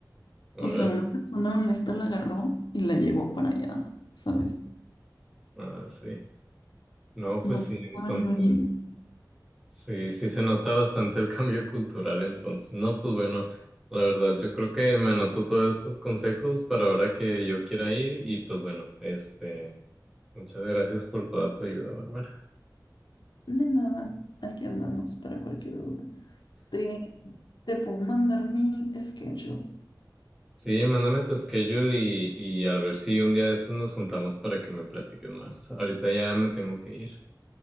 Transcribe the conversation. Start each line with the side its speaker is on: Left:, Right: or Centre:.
Centre: Órale.
Left: O sea, una persona honesta la agarró y la llevó para allá, ¿sabes?
Centre: Ah, sí. No, pues
Left: No
Centre: sí,
Left: pasaba
Centre: entonces,
Left: ni un yen.
Centre: sí, sí se nota bastante el <laughs> cambio cultural entonces. No, pues bueno, la verdad, yo creo que me anotó todos estos consejos para ahora que yo quiera ir y pues bueno, este, muchas gracias por toda tu ayuda, Bárbara.
Left: De nada, aquí andamos para cualquier duda. Te, te puedo mandar mi schedule.
Centre: Sí, mándame tu schedule y, y a ver si un día de estos nos juntamos para que me platiques más. Ahorita ya me tengo que ir.